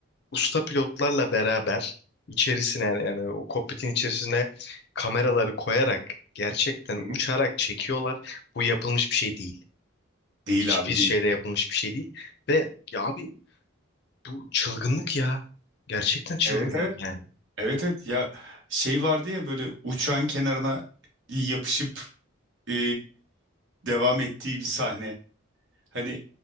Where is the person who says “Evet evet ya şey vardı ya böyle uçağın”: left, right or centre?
Right